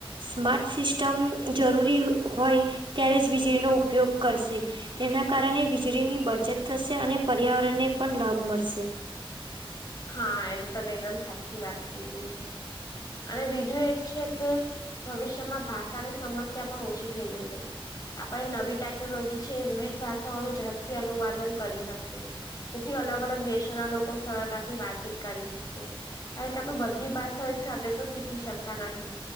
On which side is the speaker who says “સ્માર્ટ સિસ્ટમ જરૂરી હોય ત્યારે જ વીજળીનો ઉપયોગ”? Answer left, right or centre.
Right